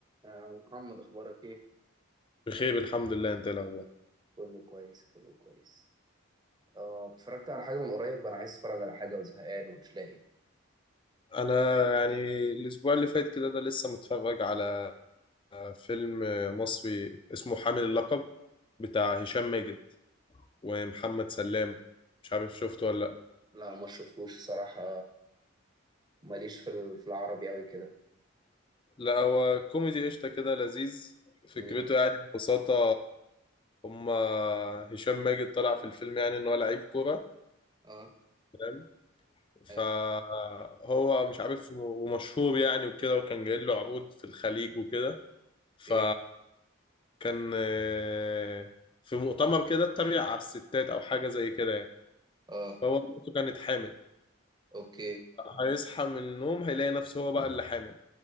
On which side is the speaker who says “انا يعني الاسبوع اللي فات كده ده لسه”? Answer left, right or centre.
Left